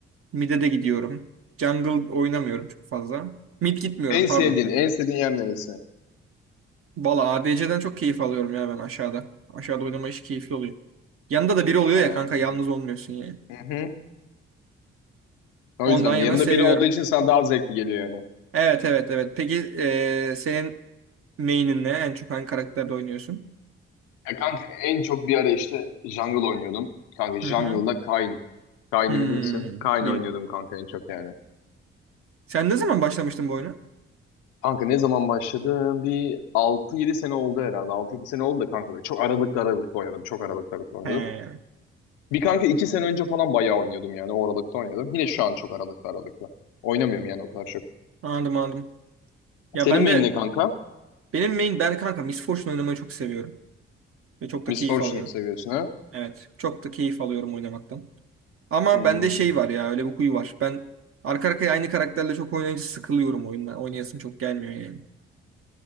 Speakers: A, on the right (about 45°); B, on the left (about 75°).
A: Mid'e de gidiyorum. Jungle oynamıyorum çok fazla. Mid gitmiyorum
B: En
A: pardon.
B: sevdiğin, en sevdiğin yer neresi?
A: Valla ADC'den çok keyif alıyorum ya ben aşağıda. Aşağıda oynama işi keyifli oluyor. Yanında da biri oluyor
B: Ee,
A: ya kanka yalnız olmuyorsun yani.
B: hı hı. O
A: Ondan
B: yüzden
A: yana
B: yanında
A: seviyorum.
B: biri olduğu için sana daha zevkli geliyor yani.
A: Evet evet evet. Peki eee, senin main'in ne? En çok hangi karakterde oynuyorsun?
B: Ya kanka en çok bir ara işte Jungle oynuyordum. Kanka Jungle'da
A: Hı hı.
B: Kayn. Kayn'ı
A: Hmm,
B: bilirsin. Kayn
A: bil-
B: oynuyordum kanka en çok yani.
A: Sen ne zaman başlamıştın bu oyuna?
B: Kanka ne zaman başladım? Bir altı yedi sene oldu herhalde. Altı yedi sene oldu da kanka. Çok aralıklı aralıklı oynadım. Çok aralıklı aralıklı oynadım.
A: He.
B: Bir kanka 2 sene önce falan bayağı oynuyordum yani. O aralıkta oynuyordum. Yine şu an çok aralıklı aralıklı. Oynamıyorum yani o kadar çok.
A: Anladım anladım. Ya
B: Senin
A: ben
B: main
A: de
B: ne kanka?
A: benim main ben kanka Miss Fortune oynamayı çok seviyorum. Ve çok da
B: Miss
A: keyif
B: Fortune
A: alıyorum.
B: seviyorsun ha?
A: Evet. Çok da keyif alıyorum oynamaktan. Ama
B: Hmm.
A: bende şey var ya öyle bir huyu var. Ben arka arkaya aynı karakterle çok oynayınca sıkılıyorum oyundan. Oynayasım çok gelmiyor yani.